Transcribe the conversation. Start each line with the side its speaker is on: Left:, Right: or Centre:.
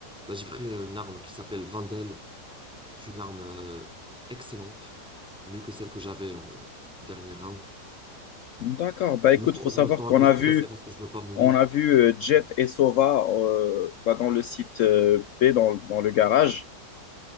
Centre: Là, j'ai pris une arme qui s'appelle Vandal. C'est une arme euh, excellente, mieux que celle que j'avais en dernier round.
Left: D'accord. Bah
Centre: Je
Left: écoute,
Centre: me sens,
Left: faut savoir
Centre: je me sens
Left: qu'on
Centre: un peu
Left: a
Centre: stressé
Left: vu,
Centre: parce que je veux pas mourir.
Left: on a vu euh, Jet et Sova euh, bah, dans le site euh, B, dans, dans le garage.